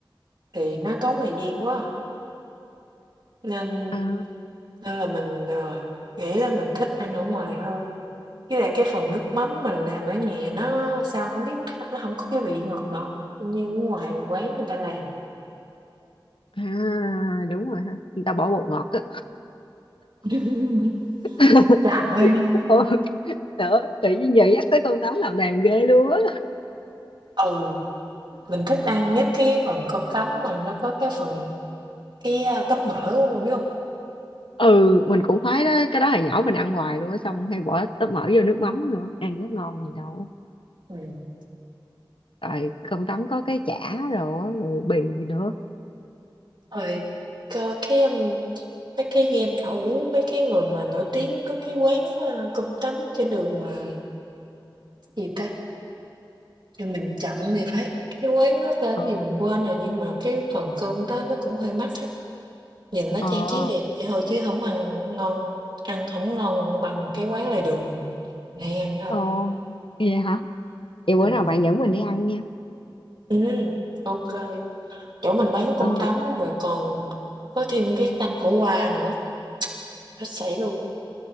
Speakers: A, on the right (about 60°); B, on the left (about 85°).
A: Thì nó tốn thời gian quá à, nên
B: À.
A: nên là mình, ờ, nghĩ là mình thích ăn ở ngoài hơn. Với lại cái phần nước mắm mình làm ở nhà nó sao không biết nó không có cái vị ngọt ngọt như ở ngoài quán người ta làm.
B: À, đúng rồi ha. Người ta bỏ bột ngọt á.
A: <laughs>
B: <laughs>
A: Trời ơi,
B: Ôi, đỡ, tự nhiên giờ nhắc tới con tấm làm đàm ghê luôn á.
A: ừ, mình thích ăn nhất cái phần cơm tấm mà nó có cái phần cái, a, tóp mỡ á, bạn biết không
B: Ừ, mình cũng khoái đó. Cái đó hồi nhỏ mình ăn hoài luôn á. Xong hay bỏ tóp mỡ vô nước mắm nữa. Ăn nó ngon gì đâu.
A: Ừm.
B: Rồi con tấm có cái chả rồi, á, rồi bì nữa.
A: Rồi cho cái, ưm, mấy cái game thủ, mấy cái người mà nổi tiếng có cái quán, a, cơm tấm trên đường, là gì ta? Nhưng mình chọn thì phải. Cái quán đó tên
B: Ờ,
A: gì mình quên rồi, nhưng mà cái phần cơm đó nó cũng hơi mắc á. Nhìn nó
B: ờ,
A: trang trí đẹp vậy thôi chứ không ăn ngon ăn không ngon bằng cái quán lề đường mình mình hay ăn đâu.
B: ờ. Vậy hả? Vậy bữa
A: Ừ,
B: nào bạn dẫn mình đi ăn nha.
A: ừm, ô Chỗ mình bán cơm
B: Ờ.
A: tấm rồi còn có thêm cái canh khổ qua nữa, hết sảy luôn.